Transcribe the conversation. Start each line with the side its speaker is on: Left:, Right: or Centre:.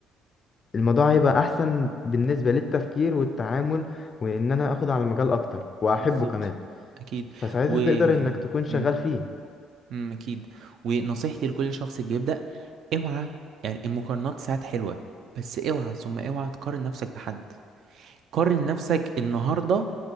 Left: والموضوع هيبقى احسن بالنسبه للتفكير والتعامل وان انا اخد على المجال اكتر واحبه
Right: بالظبط
Left: كمان
Right: اكيد
Left: فساعتها
Right: و
Left: تقدر انك تكون شغال
Right: امم
Left: فيه
Right: امم اكيد ونصيحتي لكل شخص بيبدأ اوعى يعني المقارنات ساعات حلوة بس اوعى ثم اوعى تقارن نفسك بحد قارن نفسك النهاردة